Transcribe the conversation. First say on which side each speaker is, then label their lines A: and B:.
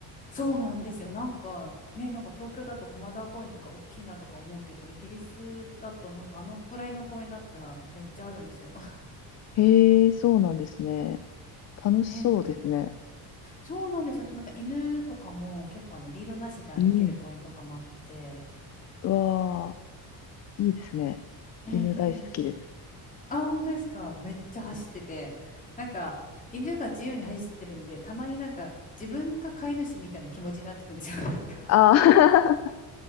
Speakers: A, on the left; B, on the left.
A: そうなんですよ。なんかね、なんか東京だと駒沢公園とか大きいなとか思うけど、イギリスだとなんかあのぐらいの公園だったらめっちゃあるんですよ。<laughs>
B: へえ、そうなんですね。楽しそうですね。
A: ね、なんそうなんですよ。あとなんか犬とかも結構あのリードなしで歩ける公園とかもあって、
B: うん。うわあ、いいですね。
A: ね、
B: 犬大好きです。
A: いいですよ。あ、本当ですか。めっちゃ走ってて、なんか犬が自由に走ってるんで、たまになんか自分が飼い主みたいな気持ちになってくるんですよ。<laughs> なんか、
B: ああ